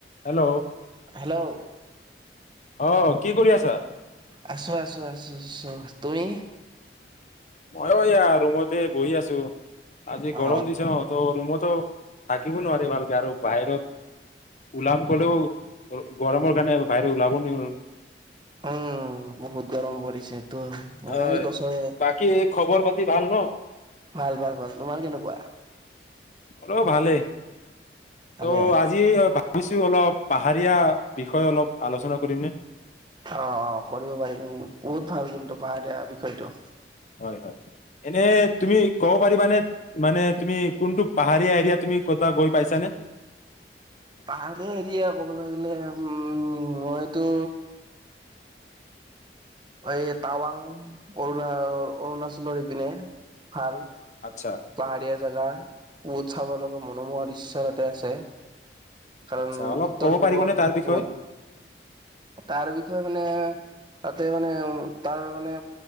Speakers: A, on the left; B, on the right.
A: Hello.
B: Hello!
A: অ' কি কৰি আছা?
B: আছো-আছো-আছো-আছো, তুমি?
A: মইো এয়া ৰুমতে বহি আছো। আজি গৰম
B: অ
A: দিশা ন, ত ৰুমত থাকিব নোৱাৰে ভালকে আৰু বাহিৰত, ওলাম গলেও গৰমৰ কাৰণে বাহিৰ ওলাব নোৱাৰ।
B: উম বহুত গৰম পৰিছে তো মই
A: হয়,
B: গছৰে
A: বাকী খবৰ প ভাল ন?
B: ভাল- ভাল-ভাল, তোমাৰ কেনেকুৱা?
A: মোৰো ভালে। ত'
B: ভালে
A: আজি কছো অলপ পাহাৰীয়া বিষয়ে অলপ আলোচনা কৰিম নে?
B: অ অ কৰিব পাৰিম বহুত ভাল কিন্তু পাহাৰীয়া বিষয়টো।
A: হয় হয়, এনে তুমি কব পাৰিবানে মানে তুমি কোনটো পাহাৰীয়া এৰিয়াত তুমি কৰ'বাত গৈ পাইছানে?
B: পাহাৰে হেৰিয়া ক'ব লাগিলে, উম মইতো এই টাৱাং, অৰুণা অৰুণাচলৰ ইপিনে ভাল
A: আচ্ছা
B: পাহাৰীয়া জোগা বহত চাব লগা মনোমোহৰ ইচ্ছ তাতে আছে কাৰণ
A: আচ্ছা অলপ
B: উত্তৰ
A: ক'ব
B: পূবৰ,
A: পাৰিবনে তাৰ বিষয়ে
B: <unintelligible> তাৰ বিষয়ে মানে তাতে মানে উঁ, তাৰ মানে